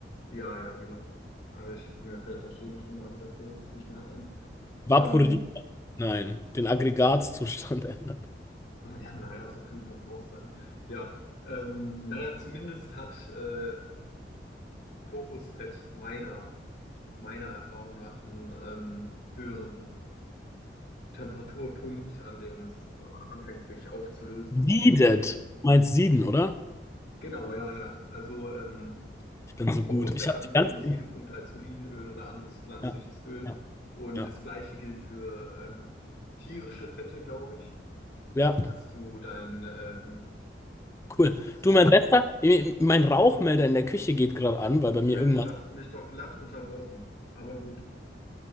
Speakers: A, on the left; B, on the left.
A: Ja, ja, genau. Aber ich, mir fällt der chemische Name dafür jetzt nicht mehr ein.
B: vaporiert,
A: Ähm,
B: nein, den Aggregatzustand <laughs> ändert.
A: ja, naja, so könnte man es auch sagen. Ja, ähm, naja, zumindest hat äh, Kokosfett meiner meiner Erfahrung nach einen ähm, höheren Temperaturpunkt, an dem es anfängt, sich aufzulösen.
B: Siedet.
A: Und eben,
B: Meinst sieden, oder?
A: genau, ja, ja. Also ähm,
B: Ich bin so
A: Kokosfett
B: gut. Ich habe
A: hat einen
B: die
A: höheren
B: ganze.
A: Siedepunkt als Olivenöl oder anderes pflanzliches
B: Ja,
A: Öl.
B: ja,
A: Und
B: ja,
A: das Gleiche gilt für ähm, tierische Fette, glaube ich,
B: ja,
A: dass du dein, ähm,
B: cool.
A: das,
B: Du, mein Bester, eh, mein Rauchmelder in der Küche geht gerade an, weil
A: Mensch,
B: bei mir irgendwas.
A: da hast du mich doch glatt unterbrochen. Aber gut.